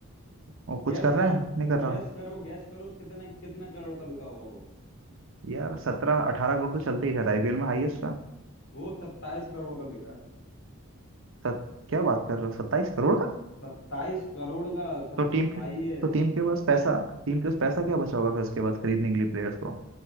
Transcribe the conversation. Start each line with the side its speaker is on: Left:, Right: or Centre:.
Right: वो कुछ
Left: गैस
Right: कर रहा
Left: करो
Right: है नहीं कर रहा
Left: गैस करो गैस करो कितने कितने करोड़ का बिका होगा वो
Right: यार सत्रह अठारह करोड़ तो चलते ही रहता है आईपीएल में हाईएस्ट का
Left: वो सत्ताईस करोड़ का बिका
Right: सत, क्या बात कर रहे हो सत्ताईस करोड़ का
Left: सत्ताईस करोड़ का सबसे
Right: तो टीम
Left: हाईएस्ट
Right: के तो टीम के पास पैसा टीम के पास पैसा क्या बचा होगा फिर उसके बाद खरीदने के लिए प्लेयर्स को